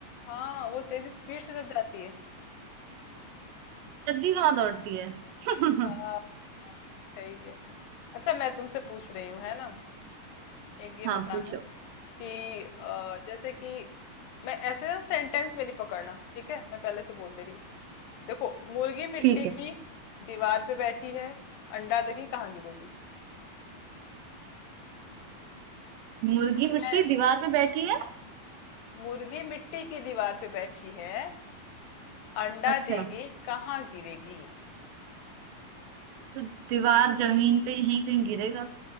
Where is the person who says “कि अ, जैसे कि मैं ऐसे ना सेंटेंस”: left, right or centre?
Left